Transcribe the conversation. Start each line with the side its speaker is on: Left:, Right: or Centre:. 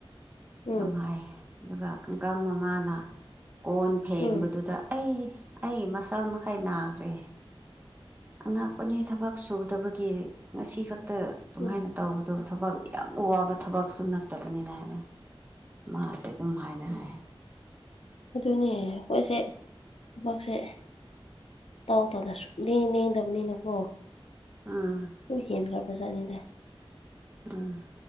Left: ꯎꯝ
Right: ꯑꯗꯨꯝ ꯍꯥꯏ ꯑꯗꯨꯒ ꯀꯥꯡꯀꯥꯡ ꯃꯃꯥꯅ ꯀꯣꯟ ꯐꯦꯡꯕꯗꯨꯗ
Left: ꯎꯝ ꯎꯝ
Right: ꯑꯩ ꯑꯩꯒꯤ ꯃꯁꯜ ꯃꯈꯩ ꯅꯥꯈ꯭ꯔꯦ ꯑꯉꯥꯛꯄꯅ‌ꯦ ꯊꯕꯛ ꯁꯨꯗꯕꯒꯤ ꯉꯁꯤ ꯈꯛꯇ ꯑꯗꯨꯃꯥꯏꯅ
Left: ꯎꯝ
Right: ꯇꯧꯕꯗꯣ ꯊꯕꯛ ꯌꯥꯝ ꯋꯥꯕ ꯊꯕꯛꯁꯨ ꯅꯠꯇꯕꯅꯤꯅ ꯍꯥꯏꯅ ꯃꯥꯁꯦ ꯑꯗꯨꯝ ꯍꯥꯏꯅ ꯍꯥꯏꯌꯦ
Left: ꯑꯗꯨꯅꯤ ꯑꯩꯈꯣꯏꯁꯦ ꯊꯕꯛꯁꯦ ꯏꯇꯧ ꯇꯧꯗꯔꯁꯨ ꯂꯦꯡ ꯂꯦꯡꯗꯕꯅꯤꯅꯀꯣ
Right: ꯎꯝ
Left: ꯁꯨꯝ ꯍꯦꯟꯈ꯭ꯔꯕ ꯖꯥꯠꯅꯤꯗ
Right: ꯎꯝ